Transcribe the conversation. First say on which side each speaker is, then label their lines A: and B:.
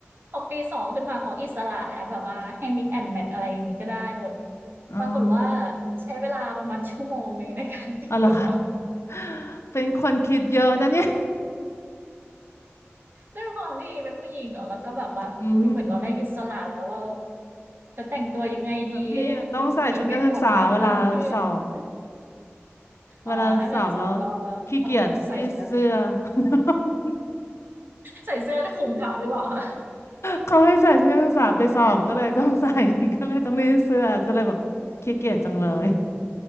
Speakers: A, on the right (about 50°); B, on the left (about 75°).
A: พอปีสองขึ้นมาเขาอิสระแล้วแบบว่าให้ mix and match อะไรอย่างนี้ก็ได้หมด
B: อ๋อ
A: ปรากฏว่าใช้เวลาประมาณชั่วโมงหนึ่งในการแต่งตัว
B: เอาเหรอคะ <laughs> เป็นคนคิดเยอะนะเนี่ย
A: ด้วยความที่เป็นผู้หญิงเนาะแล้วก็แบบว่าอุ้ยเหมือนเราได้อิสระแล้วเรา
B: อืมหืม
A: จะแต่งตัวยังไงดีเอ๊
B: แต่พี่อะต้องใส่ชุดนักศึกษาเวลาสอบ
A: เหมือนไปอวดแฟชั่นเพื่อนอ๋อถ้าเกิดสอบก็
B: เวลาสอบแล้วขี้เกียจรีดเสื้อ
A: ต้องใส่ชุดนักศึกษา
B: <laughs>
A: ใส่เสื้อคลุมทับหรือเปล่าคะ
B: เขาให้ใส่ชุดนักศึกษาไปสอบก็เลยต้องใส่ <laughs> ก็เลยต้องรีดเสื้อก็เลยบอกขี้เกียจจังเลย